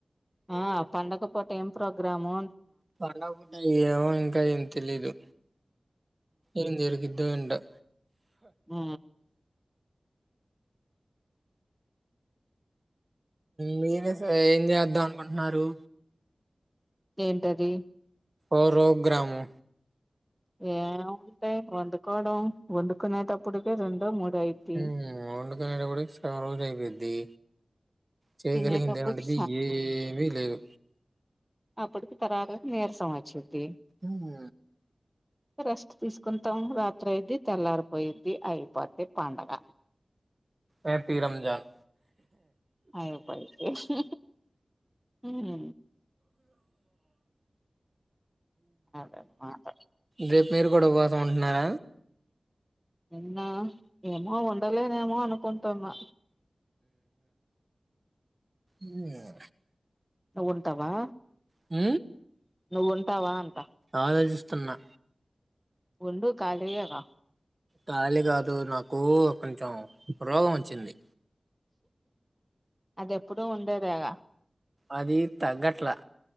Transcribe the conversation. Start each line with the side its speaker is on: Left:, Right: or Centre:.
Centre: ఆ పండగ పూట ఏం ప్రోగ్రామూ
Right: పండగ్ పూట ఏమో ఇంకా ఏం తెలీదు ఏం జరిగిద్దో ఎంటో
Centre: మ్
Right: మీరే ఏం చేద్దాం అనుకుంటున్నారు
Centre: ఏంటది
Right: ఓ రోగ్రాము
Centre: ఏం ఉంటాయ్ వండుకోవడం వండుకునేటప్పుడు కే రెండో మూడో అయిద్ది
Right: మ్ వండుకునేటప్పుడిక్ సగం రోజు అయిపోయిద్ది చేయగలిగింది
Centre: తినేటప్పటికి
Right: ఏముంటది ఏమీ లేదు
Centre: అప్పుడుకి తరాకకు నీరసం వచ్చిద్ది
Right: మ్
Centre: రెస్ట్ తీసుకుంటాం రాత్రి ఐద్ది తెల్లారిపోయిద్ది అయిపోద్ది పండగ
Right: యాపి రంజాన్
Centre: అయిపోయిద్ది మ్ అదనమాట
Right: రేపెరు డ ఉపాసమంట్నార
Centre: ఎన్నా ఏమో ఉండలేనేమో అనుకుంటున్నా
Right: ఊహు
Centre: నువ్వుంటవా
Right: ఊ
Centre: నువ్వుంటావా అంటా
Right: ఆలోచిస్తున్నా
Centre: ఉండు ఖాళీ ఏగా
Right: ఖాళీ గాదు నాకు కొంచెం రోగం వచ్చింది
Centre: అది ఎప్పుడూ ఉండేదేగా
Right: అది తగ్గట్లా